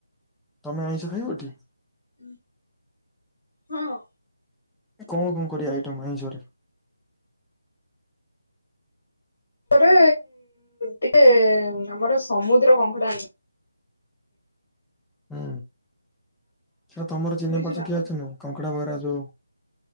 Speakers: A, in the centre; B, on the left.
A: ତମେ ଆଇଁଷ ଖାଇବଟି?
B: ହୁଁ। ହଁ।
A: କଣ କଣ କରିଆ ଆଇଟମ ଆଇଁଷରେ?
B: ରେ ଟିକେ ଆମର ସମୁଦ୍ର କଙ୍କଟା ଆଣି
A: ହୁଁ ସେଟା ତମର ଚିହ୍ନା
B: ବୁଝିଲ
A: ପରିଚ କିିଏ ଅଛନ୍ତି ଆଉ କଙ୍କଡା ବଗେରା ଯୋଉ।